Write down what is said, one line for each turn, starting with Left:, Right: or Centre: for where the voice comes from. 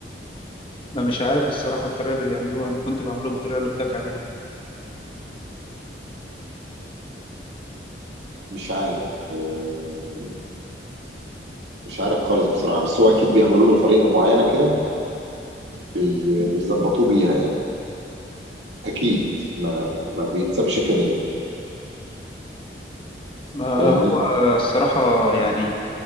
Left: ما مش عارف الصراحه الطريقه اللي بيعملوها انا كنت بعمله بالطريقه اللي قلت لك عليها دي
Right: مش عارف آه، مش عارف خالص بصراحه بس هو اكيد بيعملوا له طريقه معينه كده بي- بيظبطوه بيها يعني اكيد ما ما بيتسابش كده يعني
Left: ما
Right: فاهمني
Left: هو الصراحه يعني